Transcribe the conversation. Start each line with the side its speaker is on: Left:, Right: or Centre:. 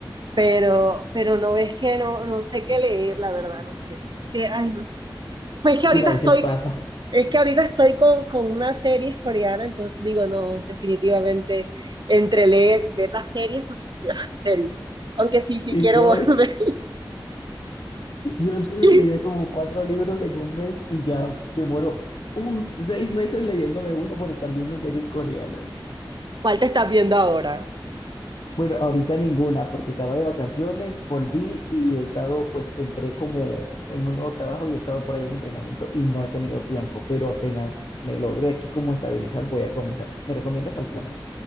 Right: pero, pero no es que no, no sé qué leer, la verdad, no sé. Sí, ay, no sé. Pues que ahorita
Left: Sí, a veces
Right: estoy
Left: pasa.
Right: es que ahorita estoy con, con una serie coreana, entonces digo, no, definitivamente entre leer y ver las series, pues <laughs> prefiero las series. Aunque sí, sí
Left: Sí,
Right: quiero
Left: soy.
Right: volver.
Left: <laughs> Yo antes me
Right: <laughs>
Left: leía como cuatro libros en un mes y ya demoro un, seis meses leyéndome uno por estar viendo series coreanas.
Right: ¿Cuál te estás viendo ahora?
Left: Bueno, ahorita ninguna, porque estaba de vacaciones, volví y he estado, pues entré como en un nuevo trabajo y he estado por ahí en entrenamiento y no he tenido tiempo, pero apenas me logré aquí como estabilizar, voy a comenzar. ¿Me recomiendas alguna?